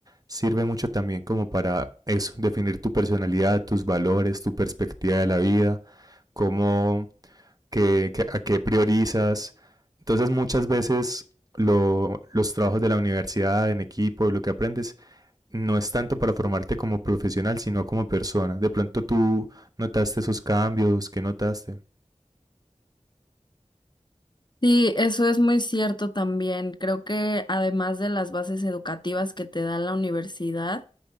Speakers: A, on the right; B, on the left.
A: sirve mucho también como para eso, definir tu personalidad, tus valores, tu perspectiva de la vida cómo, qué, qué- a qué priorizas. Entonces muchas veces lo- los trabajos de la universidad en equipo, lo que aprendes, no es tanto para formarte como profesional, sino como persona. De pronto tú notaste esos cambios, ¿qué notaste?
B: Sí, eso es muy cierto también. Creo que además de las bases educativas que te da la universidad,